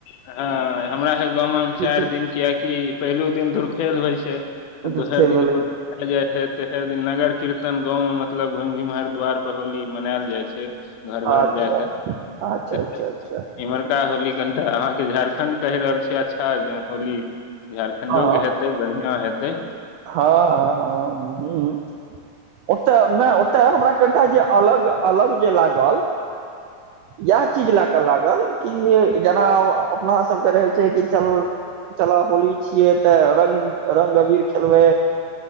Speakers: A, on the left; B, on the right.
A: हँ हमरा हे गाँवमे चाइर
B: छै
A: दिन कियकि पहिलुक दिन धुरखेल होइ छै आ
B: धूर
A: दोसर
B: खेल
A: दिन
B: भेलै
A: हो मल जाइ छै तऽ एकर दिन नगर कीर्तन गाँव में मतलब घुमि घुमि हरि द्वारपर होली मनायल जाइ छै घर घर
B: अच्छा
A: जायके खेतै
B: अच्छा अच्छा अच्छा
A: इम्हर टा होली कनिटा अहाँके झारखण्ड कहि रहल छै अच्छा होली झारखण्डो
B: हँ
A: के हेत बढ़िआं हेतै
B: हँ हँ ह ह ओतय नय ओतय हमरा कनि टा जे अलग अलग जे लागल इएह चीज लए कऽ लागल कि जेना अपना सबके रहे छै कि चल चला होली छियै तैं रंग रंग अबीर खेलबै